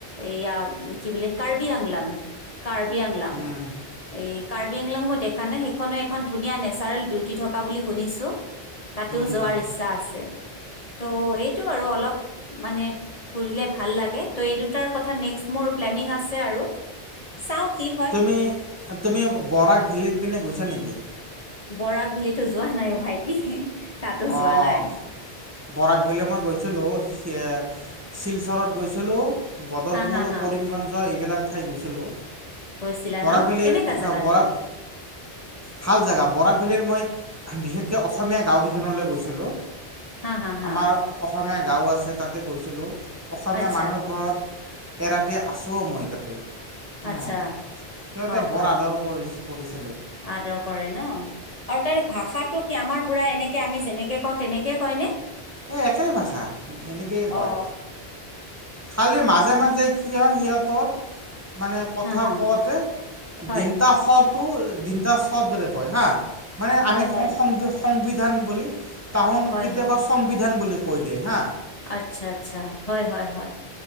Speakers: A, on the left; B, on the right.
A: এইয়া কি বুলি কাৰ্বি আংলাং, কাৰ্বি আংলাং
B: উম
A: এই কাৰ্বি আংলংয়ো মই দেখা নাই, সেইখনো এখন ধুনীয়া নেচাৰেল বিউটি থকা বুলি শুনিছোঁ। তাতো
B: উম
A: যোৱাৰ ইচ্ছা আছে, ত' এইটো আৰু অলপ মানে ফুৰিলে ভাল লাগে, ত' এই দুটাৰ কথা নেক্স মোৰ প্লেনিং আছে আৰু। চাওঁ কি হয়
B: তুমি, তুমি বৰাক ভেলিৰ পিনে গৈছা নেকি?
A: বৰাক ভেলিটো যোৱা নাই ভাইটি, তাতো যোৱা
B: অঁ
A: নাই।
B: বৰাক ভেলীলৈ মই গৈছিলোঁ, সেই শিলচৰত গৈছিলোঁ। বদৰপুৰ,
A: হা হা হা
B: কৰিমগঞ্জ এইবিলাক ঠাই গৈছিলোঁ।
A: গৈছিলা
B: বৰাক
A: ন'
B: ভেলীৰ
A: কেনেকা জেগাটো?
B: বৰাক ভাল জেগা, বৰাক ভেলীৰ মই বিশেষকে অসমীয়া গাঁওকিখনলৈ গৈছিলোঁ।
A: হা, হা, হা
B: আমাৰ অসমীয়া গাঁও আছে তাতে গৈছিলোঁ, অসমীয়া
A: আচ্ছা
B: মানুহৰ ঘৰত এৰাতি আছো মই তাতে,
A: আচ্ছা
B: অহ, সিহঁতে
A: হয়
B: বৰ
A: হয়
B: আদৰ কৰি-কৰিছে।
A: আদৰ কৰে ন আৰু তাৰ ভাষাটো কি আমাৰ পুৰা এনেকে আমি যেনেকে কওঁ তেনেকে কয় নে?
B: এ একেই ভাষা, এনেকেই কয়।
A: অ
B: খালি মাজে মাজে কি হয় সিহঁতৰ মানে কথা
A: হা হা
B: কোৱাতে
A: হয়
B: দিনতা স টো দিনতা চ দৰে কয় হা। মানে
A: হয়
B: আমি
A: হয়
B: কওঁ <unintelligible> সংবিধান বুলি তাহন
A: হয়
B: কেতিয়াবা
A: হয়
B: সংবিধান বুলি কৈ দিয়ে হা।
A: আচ্ছা আচ্ছা, হয় হয় হয়।